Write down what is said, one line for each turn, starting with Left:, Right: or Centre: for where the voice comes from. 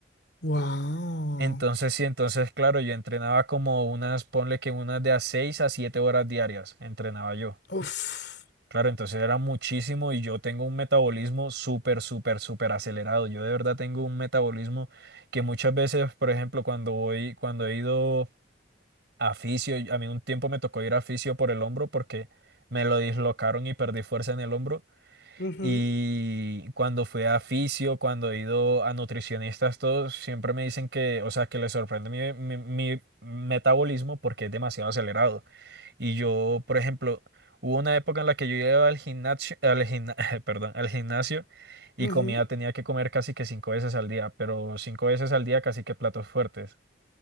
Left: Wow.
Right: Entonces, sí, entonces, claro, yo entrenaba como unas, ponle que unas de a 6 a 7 horas diarias, entrenaba yo.
Left: Uf.
Right: Claro, entonces era muchísimo y yo tengo un metabolismo súper, súper, súper acelerado. Yo de verdad tengo un metabolismo que muchas veces, por ejemplo, cuando voy, cuando he ido A fisio, a mí un tiempo me tocó ir a fisio por el hombro porque me lo dislocaron y perdí fuerza en el hombro.
Left: Ujú,
Right: Y cuando fui a fisio, cuando he ido a nutricionistas, todos siempre me dicen que, o sea, que les sorprende mi, mi- mi metabolismo porque es demasiado acelerado. Y yo, por ejemplo, hubo una época en la que yo iba al gimnasio, al gimna- <laughs> perdón, al gimnasio y
Left: ujú.
Right: comía, tenía que comer casi que cinco veces al día, pero cinco veces al día casi que platos fuertes.